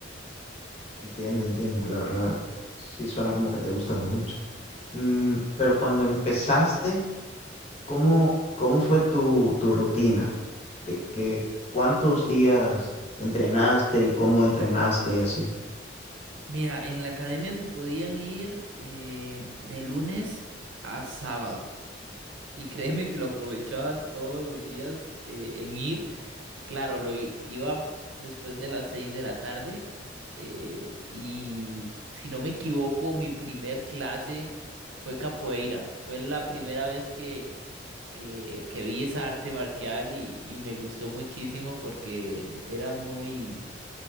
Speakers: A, on the left (about 35°); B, on the right (about 80°).
A: Entiendo, entiendo, la verdad. Sí suena como que te gusta mucho. Mm, pero cuando empezaste, ¿cómo, cómo fue tu, tu rutina? ¿De que cuántos días entrenaste y cómo entrenaste y así?
B: Mira, en la academia se podían ir eh, de lunes a sábado. Y <laughs> créeme que lo aprovechaba todos los días eh, en ir. Claro, lo i- iba después de las seis de la tarde eh, y si no me equivoco, mi primer clase fue capoeira. Fue la primera vez que, que, que vi esa arte marcial y, y me gustó muchísimo porque era muy,